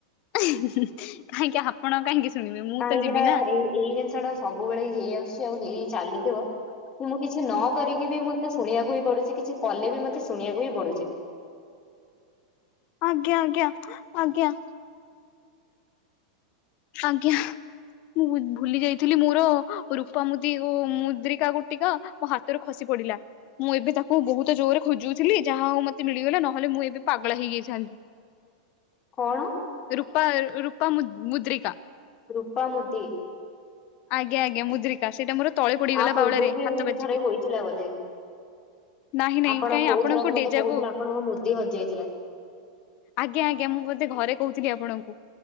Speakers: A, on the left; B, on the left.
A: କାହିଁକି ଆପଣ କାହିଁକି ଶୁଣିବେ ମୁଁ
B: କାହିଁକି
A: ତ ଯିବି
B: ନା ଏଇ ଏଇ ଜିନିଷଟା ସବୁବେଳେ ହେଇ ଆସୁଚି ଆଉ ହେଇ ଚାଲିଥିବ। ମୁଁ କିଛି ନ କରିକି ବି ମତେ ଶୁଣିବାକୁ ହିଁ ପଡୁଚି। କିଛି କଲେ ବି ମତେ ଶୁଣିବାକୁ ହିଁ ପଡୁଚି।
A: ଆଜ୍ଞା ଆଜ୍ଞା ଆଜ୍ଞା। ଆଜ୍ଞା। ମୁଁ ବୁ ଭୁଲି ଯାଇଥିଲି ମୋର ରୂପ ମୁଦି ଓ ମୁଦ୍ରିକା ଗୁଟିକା ମୋ ହାତରୁ ଖସି ପଡିଲା। ମୁଁ ଏବେ ତାକୁ ବୋହୁତ ଜୋରରେ ଖୋଜୁଥିଲି। ଯାହା ହୋଉ ମତେ ମିଳିଗଲା ନହେଲେ ମୁଁ ଏବେ ପାଗଳ ହେଇଯାଇଥାନ୍ତି।
B: କଣ?
A: ରୂପା ରୂପା ମୁ-ମୁଦ୍ରିକା।
B: ରୂପା ମୁଦି।
A: ଆଜ୍ଞା ଆଜ୍ଞା ମୁଦ୍ରି ସେଇଟା ମୋର ତଳେ ପଡିଗଲା
B: ଆ ପୂର୍ବରୁ
A: ବାଉଳାରେ
B: ବି
A: ହାତ
B: ଏମିତି
A: ବାଜିକି।
B: ଥରେ ହୋଇଥିଲା ବୋଧେ।
A: ନାହିଁ ନାହିଁ
B: ଆପଣ
A: କାଇଁ
B: କୋଉ
A: ଆପଣଙ୍କୁ
B: ଥରକ ମତେ
A: ଡେଜାକୁୁ
B: କହୁଥିଲେ ଆପଣଙ୍କ ମୁଦି ହଜିଯାଇଥିଲା।
A: ଆଜ୍ଞା ଆଜ୍ଞା ମୁଁ ବୋଧେ ଘରେ କୋହୁଥିଲି ଆପଣଙ୍କୁ।